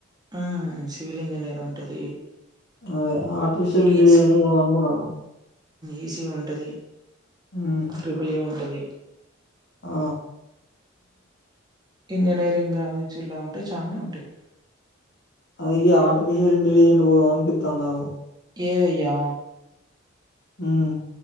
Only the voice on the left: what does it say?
అదే ఆర్టిఫిషియల్
ఇంటెలిజెంట్ పోదాం అనుకుంటాన్న.
హ్మ్.
ఆ
అయ్యా ఆర్టిఫిషిల్ ఇంటెలిజెంట్ పోదామని అనిపిత్తాన్నది
హ్మ్